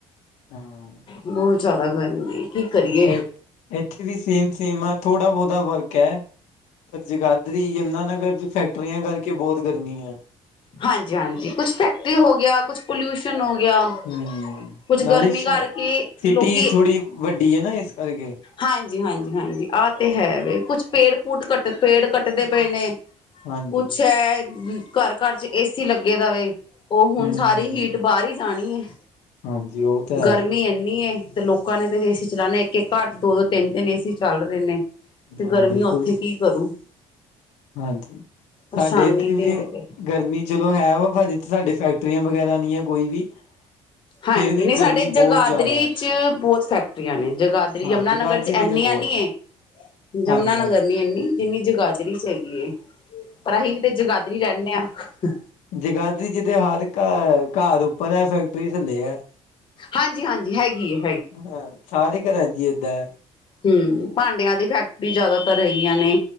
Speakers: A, on the left (about 80°); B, on the left (about 40°).
A: ਹਾਂ
B: ਬਹੁਤ ਜ਼ਿਆਦਾ, ਗਰਮੀ ਕੀ ਕਰੀਏ?
A: ਇਹ ਇੱਥੇ ਵੀ, ਸੇਮ -ਸੇਮ ਆ, ਥੋੜਾ ਬਹੁਤਾ ਫਰਕ ਹੈ, ਪਰ ਜਗਾ ਇੱਧਰ ਯਮੁਨਾਨਗਰ ਚ, ਫੈਕਟਰੀਆਂ ਕਰਕੇ ਬਹੁਤ ਗਰਮੀ ਹੈ।
B: ਹਾਂਜੀ- ਹਾਂਜੀ, ਕੁਛ ਫੈਕਟਰੀ ਹੋ ਗਿਆ, ਕੁਛ ਪੋਲਿਊਸ਼ਨ ਹੋ ਗਿਆ।
A: ਹੂੰ,
B: ਕੁਛ
A: ਨਾਲੇ
B: ਗਰਮੀ
A: ਸ਼
B: ਕਰਕੇ
A: ਸਿਟੀ
B: ਲੋਕੀ
A: ਥੋੜ੍ਹੀ ਵੱਡੀ ਹੈ ਨਾ, ਇਸ ਕਰਕੇ।
B: ਹਾਂਜੀ -ਹਾਂਜੀ, ਹਾਂਜੀ ਆਹ ਤੇ ਹੈ ਵੇ, ਕੁਛ ਪੇੜ- ਪੂੜ ਕੱਟ ਪੇੜ ਕੱਟਦੇ ਪਏ ਨੇ।
A: ਹਾਂਜੀ
B: ਕੁਛ ਐ, ਘਰ -ਘਰ ਚ ਏਸੀ ਲੱਗੇ ਦਾ ਵੇ। ਉਹ, ਹੁਣ
A: ਹਮ
B: ਸਾਰੀ ਹੀਟ ਬਾਹਰ ਹੀ ਜਾਣੀ ਹੈ,
A: ਹਾਂਜੀ ਉਹ ਤਾਂ ਹੈ
B: ਗਰਮੀ ਇੰਨੀ ਐ ਤੇ ਲੋਕ ਲੋਕਾਂ ਨੇ ਤੇ, ਏਸੀ ਚਲਾਉਣੇ, ਇੱਕ- ਇੱਕ ਘਰ ਚ ਦੋ- ਦੋ, ਤਿੰਨ -ਤਿੰਨ ਏਸੀ ਚੱਲ ਰਹੇ ਨੇ, ਤੇ
A: ਹਾਂ
B: ਗਰਮੀ
A: ਬਿਲਕੁਲ
B: ਉੱਥੇ ਕੀ? <unintelligible>
A: ਹਾਂਜੀ,
B: ਪਰੇਸ਼ਾਨੀ
A: ਸਾਡੇ ਇੱਥੇ ਵੀ
B: ਤੇ ਹੈਗੇ
A: ਗਰਮੀ ਚਲੋ ਹੈ ਵਾ, ਭਾਜੀ ਇੱਥੇ ਸਾਡੇ ਫੈਕਟਰੀਆਂ, ਵਗੈਰਾ ਨਹੀਂ ਹੈ ਕੋਈ ਵੀ।
B: ਹਾਂਜੀ,
A: ਫਿਰ ਵੀ
B: ਨਹੀਂ
A: ਗਰਮੀ
B: ਸਾਡੇ
A: ਬਹੁਤ
B: ਜਗਾਦਰੀ
A: ਜ਼ਿਆਦਾ ਹੈ।
B: ਚ ਬਹੁਤ ਫੈਕਟਰੀਆਂ ਨੇ, ਜਗਾਦਰੀ,
A: ਹਾਂ
B: ਯਮੁਨਾ
A: ਜਗਾਦਰੀ
B: ਨਗਰ
A: ਚ
B: ਇੰਨੀਆਂ
A: ਤੇ ਬਹੁਤ
B: ਨਹੀਂ,
A: ਹਾਂਜੀ
B: ਯਮੁਨਾ
A: ਹਾਂਜੀ
B: ਨਗਰ ਨਹੀਂ ਇੰਨੀ, ਜਿੰਨੀ ਜਗਾਦਰੀ ਚ ਹੈਗੀ। ਪਰ, ਅਸੀਂ ਵੀ ਤੇ ਜਗਾਦਰੀ ਰਹਿੰਦੇ ਹਾਂ।
A: ਜਗਾਦਰੀ ਜਿਹਦੇ, ਹਰ ਘਰ ਉੱਪਰ ਹੈ, ਫੈਕਟਰੀ ਥੱਲੇ ਹੈ
B: ਹਾਂਜੀ- ਹਾਂਜੀ, ਹੈਗੀ ਹੈ।
A: ਹਾਂ, ਸਾਰੇ ਘਰਾਂ ਚ ਇ ਏੱਦਾ ਹੈ।
B: ਹਮ, ਭਾਂਡਿਆਂ ਦੀ ਫੈਕਟਰੀ ਜ਼ਿਆਦਾਤਰ ਹੈਗੀਆਂ ਨੇ।